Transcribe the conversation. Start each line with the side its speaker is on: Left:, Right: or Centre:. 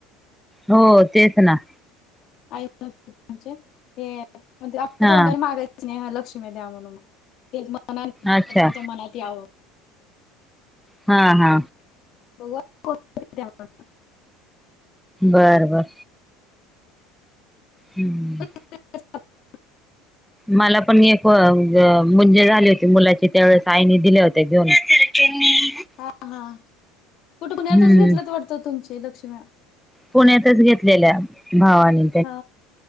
Centre: हो तेच ना.
Left: आईम म्हणजे, हे म आपल्या
Centre: हा
Left: तोंडाने मागायच स्नेह लक्ष्मी द्या म्हणून,, ते मना त्यांच्या
Centre: अच्छा
Left: मनात यावं.
Centre: हा हा.
Left: गवर कोणतर द्या म्हणून.
Centre: बर बर. हम्म.
Left: <unintelligible>
Centre: मला पण एक म्हणजे मूंजी झाली होती मुलाची त्यावेळेस आईने दिल्या होत्या घेऊन तनी
Left: हा हा,, कुठं पुण्यातच
Centre: हम्म
Left: घेतलंत वाटतं तुमचे लक्ष्म्या
Centre: पुण्यातच घेतलेल्या भावानी
Left: हा